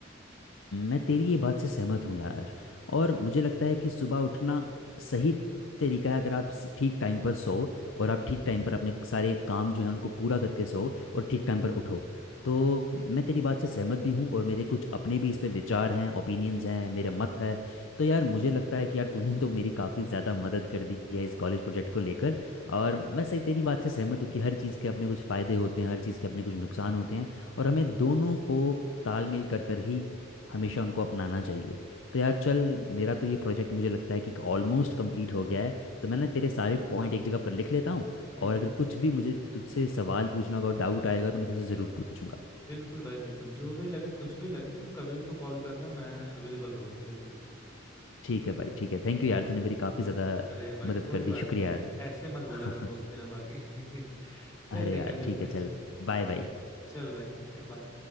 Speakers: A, on the left (about 80°); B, on the left (about 15°).
A: मैं तेरी ये बात से सहमत हूँ यार और मुझे लगता है कि सुबह उठना सही तरीका है अगर आप सी- ठीक टाइम पर सो और आप ठीक टाइम पर अपने सारे काम जो है उनको पूरा करके सो और ठीक टाइम पर उठो तो मैं तेरी बात से सहमत भी हूँ और मेरे कुछ अपने भी इस पे विचार हैं ओपिनियंस हैं मेरे मत है तो यार मुझे लगता है कि यार तूने तो मेरी काफ़ी ज़्यादा मदद कर दी है इस कॉलेज प्रोजेक्ट को लेकर और मैं सही तेरी बात से सहमत हूँ कि हर चीज़ के अपने कुछ फ़ायदे होते हैं हर चीज़ के अपने कुछ नुकसान होते हैं और हमें दोनों को तालमेल कर कर ही हमेशा उनको अपनाना चाहिए तो यार चल मेरा तो ये प्रोजेक्ट मुझे लगता है कि ऑलमोस्ट कंप्लीट हो गया है तो मैं ना तेरे सारे पॉइंट एक जगह पर लिख लेता हूँ
B: हम्म
A: और
B: हम्म
A: अगर
B: हम्म।
A: कुछ भी मुझे तुझसे सवाल पूछना होगा डाउट आएगा तो मैं तेरे से ज़रूर पूछूंगा
B: बिल्कुल भाई बिल्कुल जो भी लगे कुछ भी लगे वो कभी भी तो कॉल करना मैं अवेलेबल रहूंगा बिल्कुल
A: ठीक है भाई ठीक है थैंक यू यार तूने मेरी काफ़ी ज़्यादा
B: अरे भाई
A: मदद
B: कोई
A: कर दी
B: बात
A: शुक्रिया
B: नहीं
A: यार
B: ऐसे मत बोला
A: <laughs>
B: कर दोस्ती में बाकी <laughs> चल
A: अरे
B: ठीक
A: यार
B: है मिलते
A: ठीक है
B: हैं
A: चल
B: चल
A: बाय बाय
B: चल भाई ठीक है बाय